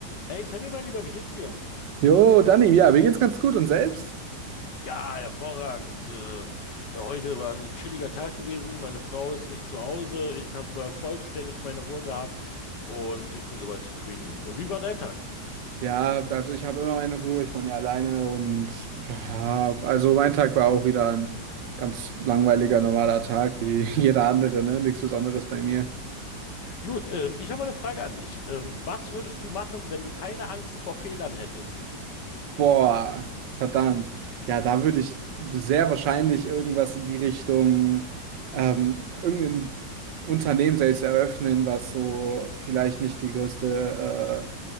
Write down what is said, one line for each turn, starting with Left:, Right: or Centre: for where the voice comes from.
Left: Hey Sammy, mein Lieber, wie geht's dir?
Right: Jo, Dani, ja, mir geht's ganz gut und selbst?
Left: Ja, hervorragend. Äh, äh, heute war ein chilliger Tag gewesen. Meine Frau ist nicht zu Hause. Ich habe äh, vollständig meine Ruhe gehabt und ich bin soweit zufrieden. Wie war dein Tag?
Right: Ja, also ich habe immer meine Ruhe, ich wohne ja alleine und ja, also mein Tag war auch wieder ein ganz langweiliger, normaler Tag wie <laughs> jeder andere, ne? Nichts Besonderes bei mir.
Left: Gut, ähm, ich habe mal eine Frage an dich. Ähm, was würdest du machen, wenn du keine Angst vor Fehlern hättest?
Right: Boah, verdammt. Ja, da würde ich sehr wahrscheinlich irgendwas in die Richtung, ähm, irgendein Unternehmen selbst eröffnen, was so vielleicht nicht die größte